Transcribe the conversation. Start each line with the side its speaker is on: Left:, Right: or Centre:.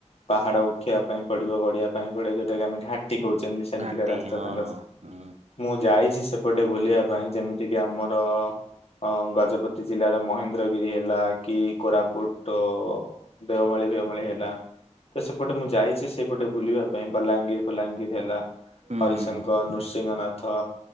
Left: ପାହାଡ ଉଠିବା ପାଇଁ ପଡିବ, ଗଢିବା ପାଇଁ ପଡିବ, ଯଉଟା କି ଆମେ ଘା ଟି କହୁଛନ୍ତି, ସେମତିକା
Right: ଘାଟି
Left: ରାସ୍ତା
Right: ହଁ
Left: ତାଙ୍କର
Right: ହୁଁ
Left: ଯାଇଛି ସେପଟେ ବୁଲିବା ପାଇଁ, ଯେମିତି କିି ଆମର ଅ ଗଜପତି ଜିଲ୍ଲାର ମହେନ୍ଦ୍ରଗିରି ହେଲା, କି କୋରାପୁଟ ଦେଓମାଳି ଫିଓମାଳି ହେଲା। ତ ସେପଟେ ମୁଁ ଯାଇଛି, ସେଇପଟେ ବୁଲିବା ପାଇଁ। ବଲାଙ୍ଗୀର ଫଲାଙ୍ଗୀର ହେଲା।
Right: ହୁଁ
Left: ହରିଶଙ୍କର,
Right: ହୁଁ
Left: ନୃସିଂହନାଥ,